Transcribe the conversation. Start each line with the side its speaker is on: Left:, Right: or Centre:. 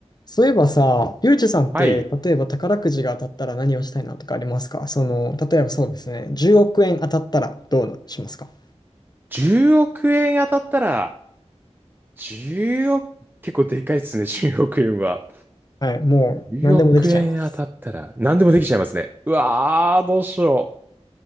Left: そういえばさ、ゆうじさんって、
Right: はい。
Left: 例えば宝くじが当たったら何をしたいなとかありますかその、例えばそうですね、10億円当たったらどうしますか
Right: 10億円当たったら、10億、結構でかいですね、<laughs> 10億円は。
Left: はい、もう何でもできちゃいます。
Right: 10億円当たったら、何でもできちゃいますね。うわー、どうしよ